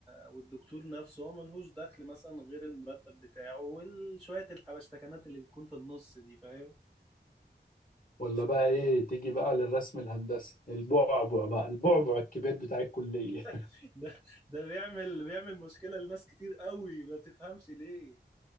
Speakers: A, in the centre; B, on the left (about 50°).
A: والدكتور نفسه هو ملهوش دخل مثلا غير المرتب بتاعه وشوية الحبشتكنات اللي بتكون في النص دي فاهم
B: ولا بقى ايه تيجي بقى للرسم الهندسي البعبع بقى البعبع الكبير بتاع الكلية
A: <laughs> ده ده بيعمل بيعمل مشكلة لناس كتير قوي ما تفهمش ليه